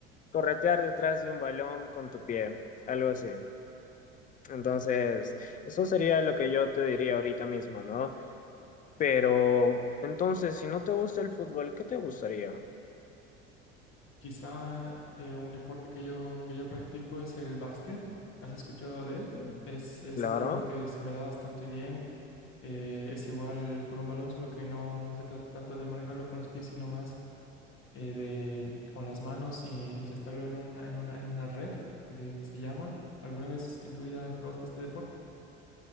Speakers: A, on the left; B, on the left.
A: corretear detrás de un balón con tu pie, algo así. Entonces, eso sería lo que yo te diría ahorita mismo, ¿no? Pero, entonces, si no te gusta el fútbol, ¿qué te gustaría?
B: Quizá eh, un deporte que yo, que yo practico es el básquet. ¿Has escuchado de
A: Mm,
B: él? Es, es
A: Claro.
B: algo en lo que se me da bastante bien. Eh, es igual con un balón, solo que no, no se trata tanto de manejarlo con los pies, sino más eh, de, con las manos y encestarlo en una, en una, en una red que se, que se llama. ¿Alguna vez en tu vida probaste este deporte?